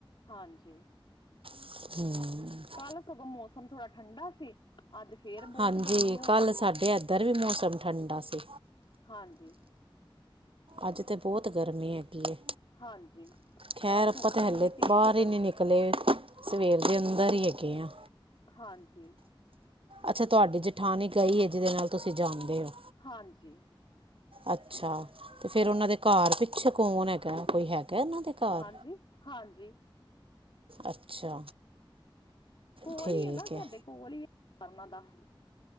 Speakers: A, on the left (about 60°); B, on the right (about 80°).
A: ਹਾਂਜੀ।
B: <unintelligible>
A: ਕੱਲ੍ਹ ਸਗੋਂ ਮੌਸਮ ਥੋੜਾ ਠੰਡਾ ਸੀ। ਅੱਜ ਫੇਰ ਬਹੁਤ
B: ਹਾਂਜੀ,
A: ਗਰਮੀ ਹੋਈ
B: ਕੱਲ
A: ਦੀ
B: ਸਾਡੇ
A: ਹੈ
B: ਏਧਰ ਵੀ ਮੌਸਮ ਠੰਡਾ ਸੀ।
A: ਹਾਂਜੀ।
B: ਅੱਜ ਤੇ ਬਹੁਤ ਗਰਮੀ ਹੈਗੀ ਏ,
A: ਹਾਂਜੀ
B: ਖੈਰ
A: ਬਾਹਰ
B: ਆਪਾਂ
A: ਧੁੱਪ
B: ਤੇ
A: ਇੰਨੀ
B: ਹਲੇ
A: ਤੇਜ਼
B: ਬਾਹਰ
A: ਚ
B: ਹੀ ਨੀ ਨਿਕ ਕਲੇ ਸਵੇਰ ਦੇ ਅੰਦਰ ਈ ਹੈਗੇ ਆ।
A: ਹਾਂਜੀ।
B: ਅੱਛਾ ਤੁਹਾਡੀ ਜੇਠਾਨੀ ਗਈ ਐ, ਜਿਹਦੇ ਨਾਲ ਤੁਸੀਂ ਜਾਂਦੇ ਓ।
A: ਹਾਂਜੀ।
B: ਅੱਛਾ ਤੇ ਫੇਰ ਉਹਨਾਂ ਦੇ ਘਰ ਪਿੱਛੇ ਕੌਣ ਹੈਗਾ, ਕੋਈ ਹੈਗਾ ਇਹਨਾਂ ਦੇ। ਘਰ
A: ਹਾਂਜੀ-ਹਾਂਜੀ।
B: ਅੱਛਾ।
A: ਕੋਲ
B: ਠੀਕ
A: ਹੀ ਐ ਨਾ
B: ਹੈ
A: ਸਾਡੇ, ਕੋਲ ਹੀ ਉਹਨਾਂ ਦਾ।